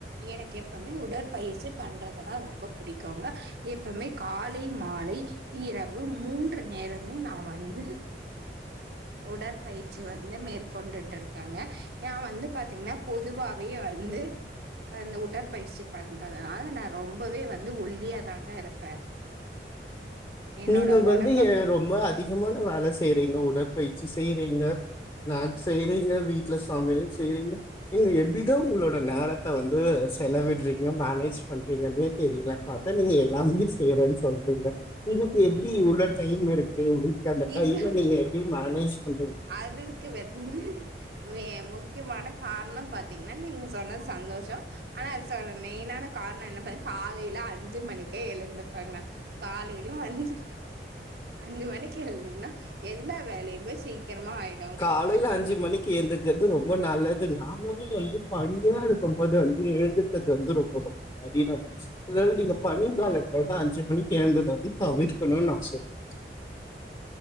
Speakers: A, on the right; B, on the left.
A: எனக்கு எப்பவுமே உடற்பயிற்சி பண்றதுத ரொம்ப புடிக்கோங்க எப்பவுமே காலை மாலை இரவு மூன்று நேரமே நா வந்து உடற்பயிற்சி வந்து மேற்கொண்டுட்டு இருக்கங்க ஏ வந்து பாத்தீங்ன்னா பொதுவாவே வந்து அந்த உடற்பயிற்சி பண்றதுனால நா ரொம்பவே வந்து ஒல்லியாதாங்க இருப்பே என்னோட
B: நீங்க
A: ஒடம்ப
B: வந்து
A: பா
B: ரொம்ப அதிகமான வேலை செய்றீங்க உடற்பயிற்சி செய்றீங்க நான் செய்றீங்க வீட்டுல சமையல் செய்றீங்க நீங்க எப்டிதா உங்களோட நேரத்த வந்து செலவிட்டுறீங்க மேனேஜ் பண்றீங்கன்னே தெரியல பாத்தா நீங்க எல்லாமே செய்றேன்னு சொல்றீங்க உங்களுக்கு எப்டி இவ்ளோ டைம் இருக்கு உங்களுக்கு அந்த டைம
A: இவ்ளோ
B: நீங்க எப்படி மேனேஜ் பண்றது
A: அதுக்கு வந்து மே மு முக்கியமான கார்ணோ பாத்தீங்ன்னா நீங்க சொன்ன சந்தோஷோ ஆனா அது சொ மெயின் ஆன காரணோ என்ன பண்ண காலையில அஞ்சு மணிக்கே எழுந்துப்பேங்க காலையில அஞ்சு அஞ்சு மணிக் கி எழுதுகின்னா எல்லா வேலையுமே சீக்கிரமா ஆயி
B: காலையில அஞ்சு மணிக்கு எந்து கிறது வந்து ரொம்ப நல்லது நாங்களு வந்து பணியா இருக்கு போது வந்து எழுந்துர்கது வந்து ரொம்ப அப்டினா அத நீங்க பனி காலத்துல தா அஞ்சு மணி எழுந்திரிக்குறத வந்து தவிர்க்குணுனு நா சொல்லுவே